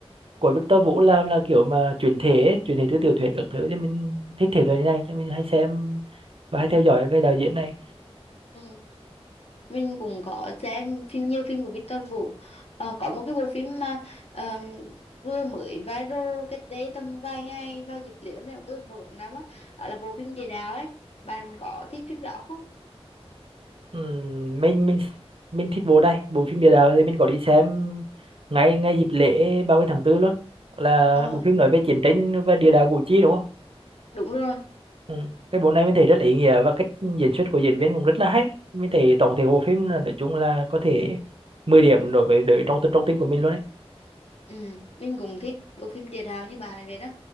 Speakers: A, on the right (about 60°); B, on the left (about 70°).
A: của Victor Vũ làm là kiểu mà chuyển thể ấy, chuyển thể từ tiểu thuyết các thứ cho mình thích thể loại như này cho mình hay xem và hay theo dõi cái đạo diễn này
B: ừ. mình cũng có xem phim nhiều phim của Victor Vũ Ờ, có một cái bộ phim mà ờ, vừa mới viral cách đây tầm vài ngày vào dịp lễ mẹ cứ một độ năm á đó là bộ phim Địa Đạo ấy bạn có thích phim đó không
A: Ừm, mình mình mình thích bộ đây bộ phim địa đạo thì mình có đi xem ngay ngay dịp lễ 30 tháng tư luôn là
B: ờ
A: bộ phim nói về chiến tranh và địa đạo Củ Chi đúng không
B: đúng rồi
A: ừ. cái bộ này mình thấy rất là ý nghĩa và cách diễn xuất của diễn viên cũng rất là hay mình thấy tổng thể của bộ phim là nói chung là có thể 10 điểm đối với đối trong trong tim của mình luôn
B: Ừ, mình cũng thích bộ phim địa đạo như bà này vậy đó